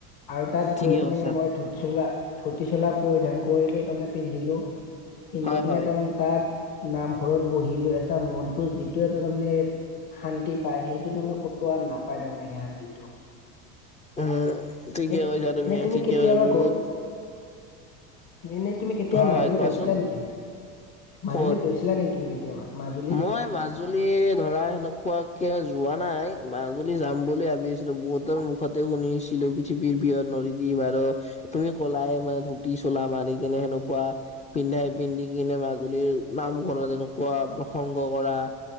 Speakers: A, on the left; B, on the left.
A: আৰু তাত
B: ঠিকে
A: গৈ কিনে
B: কৈছা
A: মই ধূতি চোলা ধূতি চোলা পৰিধান কৰিলো তাৰমানে পিন্ধিলো পিন্ধি
B: হয়
A: কিনে
B: হয়
A: তাৰমানে তাত নামঘৰত বহিলো এটা মনটো যিটো এটা তাৰমানে। শান্তি পাই সেইটো তাৰমানে কতো আ নাপায় তাৰমানে সেই শান্তিটো।
B: উম ঠিকে
A: এ
B: কৈছা তুমি
A: এনে
B: ঠিকে
A: কেতিয়াবা
B: কৈছা বহুত
A: গ এনে এই তুমি কেতিয়াবা
B: হয়
A: মাজুলী
B: হয় কোৱাচোন
A: গৈছিলা নেকি মাজুলী
B: ক'ত
A: গৈছিলা নেকি তুমি কেতিয়াবা? মাজুলী
B: মই মাজুলী ধৰা সেনেকুৱাকে যোৱা নাই। মাজুলী যাম বুলি ভাবি আছিলো বহুতৰ মুখতে শুনিছিলো পৃথিৱীৰ বৃহৎ নদীদ্বীপ আৰু তুমি কলাই মানে ধুতি চোলা মাৰি কিনে সেনেকুৱা। পিন্ধাই পিন্ধি কিনে মাজুলীৰ নামঘৰত এনেকুৱা প্ৰসংগ কৰা।